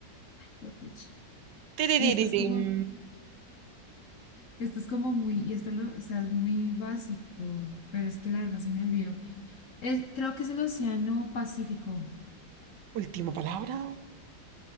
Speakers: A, on the left; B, on the right.
A: juepucha.
B: Tiririririm.
A: Y esto es como, esto es como muy, y esto lo, o sea, es muy básico, pero es que la verdad se me olvidó. Es, creo que es el océano Pacífico.
B: Última palabra.